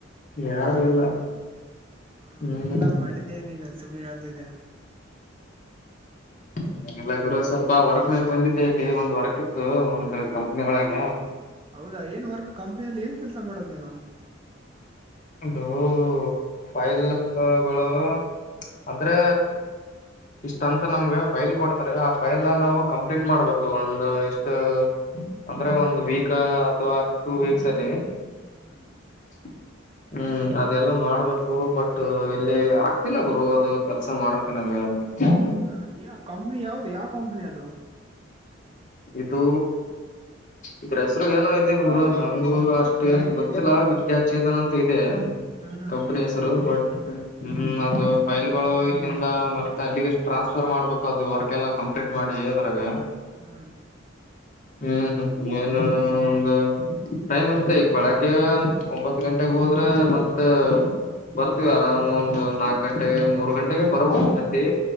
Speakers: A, on the left; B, on the right.
A: ಯಾರು
B: ಹಾ
A: ಇಲ್ಲ
B: ಹಾ
A: ಹ್ಮ್
B: ಎಲ್ಲಾ ಮಾಡಿದ್ದೆ ನೀನು ಸುಮ್ನೆ ಸುಮ್ನೆ ಹೇಳ್ತಾ ಇದ್ದೀಯಾ
A: ಇನ್ನೇನಿಲ್ಲ ಗುರು ಸ್ವಲ್ಪ ವರ್ಕ್ ಮೇಲೆ ಬಂದಿದ್ದೆ ಇಲ್ಲಿ ಒಂದ್ ವರ್ಕ್ ಇತ್ತು ಒಂದುಕಂಪ್ನಿ ಒಳಗೆ.
B: ಹೌದಾ ಏನ್ ವರ್ಕ್ ಕಂಪ್ನಿಯಲ್ಲಿ ಏನ್ ಕೆಲಸ ಮಾಡೋದು ನೀನು.
A: ಅದು ಫೈಲ್ಗಳು. ಅಂದ್ರೆ ಇಷ್ಟು ಅಂತ ನಮ್ಗೆ ಫೈಲ್ ಕೊಡ್ತಾರೆ ಆ ಫೈಲ್ ನ ನಾವು ಕಂಪ್ಲೀಟ್ ಮಾಡ್ಬೇಕು ಒಂದು ಇಷ್ಟು ಅಂದ್ರೆ ಒಂದು ವೀಕ್ ಅಥವಾ ಟೂ ವೀಕ್ಸ್ ಅಲ್ಲಿ
B: ಹ್ಮ್
A: <inaudible> ಹ್ಮ್ ಅದೆಲ್ಲ ಮಾಡ್ಬೇಕು ಬಟ್ ಇಲ್ಲಿ ಆಗ್ತಿಲ್ಲ ಗುರು ಅದು ಕೆಲ್ಸ ಮಾಡೋಕೆ ನನಗೆ ದ
B: ಹೌದಾ ಯಾವ ಕಂಪನಿ ಯಾವುದು ಯಾವ ಕಂಪನಿ ಅದು.
A: ಇದು ಇದ್ರ ಹೆಸರು ಏನೋ ಇದೆ ಮುರ ಹಂಗು ಅಷ್ಟು ಏನ್ ಗೊತ್ತಿಲ್ಲ ವಿದ್ಯಾಚೇತನ ಅಂತ ಇದೆ.
B: ಹ್ಮ್ ಹ್ಮ್
A: ಕಂಪನಿ ಹೆಸರು ಬಟ್ ಹ್ಮ್ ಅದು ಫೈಲ್ಗಳು ಇಲ್ಲಿಂದ ಮತ್ತೆ ಅಲ್ಲಿಗೆ ಟ್ರಾನ್ಸ್ಫರ್ ಮಾಡ್ಬೇಕು ಅದು ವರ್ಕ್ ಎಲ್ಲಾ. ಅಪ್ಡೇಟ್ ಮಾಡಿ ಇದ್ರಾಗ.
B: ಹ್ಮ
A: ಹ್ಮ್ ಏನೋ ಒಂದು. ಟೈಮ್ ಇರುತ್ತೆ ಈಗ ಬೆಳಗ್ಗೆ ಒಂಬತ್ ಗಂಟೆಗೆ ಹೋದ್ರೆ ಮತ್ತೆ ಬರ್ತೀವಿ ಆರಾಮ್ ಒಂದುನಾಕ್ ಗಂಟೆಗೆ ಮೂರ್ ಗಂಟೆಗೆ ಬರಕತೈತಿ.